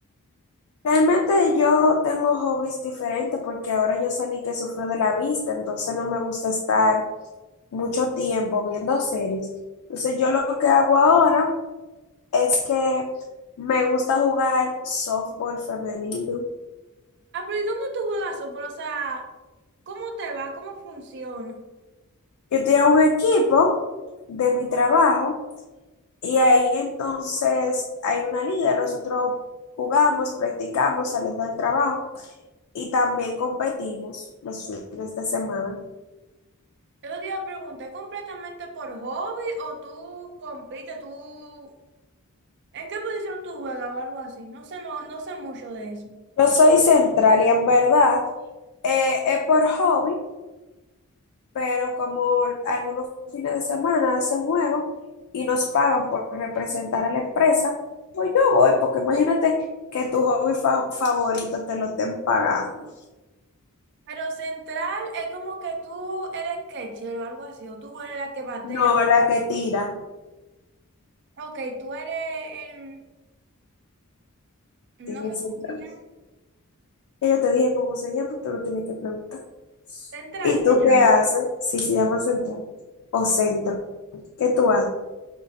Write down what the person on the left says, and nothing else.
Realmente yo tengo hobbies diferentes porque ahora yo salí que sufro de la vista, entonces no me gusta estar mucho tiempo viendo series. Entonces yo lo que hago ahora es que me gusta jugar softball femenino.
Yo tengo un equipo de mi trabajo y ahí entonces hay una liga, nosotros jugamos, practicamos saliendo del trabajo y también competimos los fines de semana.
No soy central y en verdad eh, es por hobby, pero como algunos fines de semana hacen juegos y nos pagan por representar a la empresa, pues yo voy, porque imagínate que tu hobby fa- favorito te lo estén pagando.
No, la que tira
en
el central.
Y yo te dije cómo se llama, tú lo tienes que preguntar.
¿Y
tú
qué haces si se llama central o centro? ¿Qué tú haces?